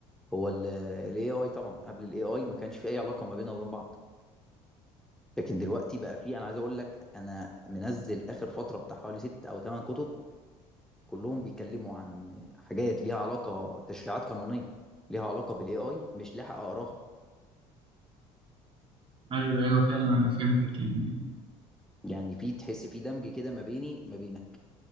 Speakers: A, in the centre; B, on the right.
A: هو الاي اي طبعا قبل الاي اي ما كانش في اي علاقه ما بيننا وبين بعض لكن دلوقتي بقى في انا عايز اقول لك انا منزل اخر فتره بتاع حوالي ست او ثمان كتب كلهم بيتكلموا عن حاجات ليها علاقه تشريعات قانونيه ليها علاقه بالاي اي مش لاحق اقراها
B: ايوه ايوه فعلا انا فهمتك يعني
A: يعني في تحس في دمج كده ما بيني ما بينك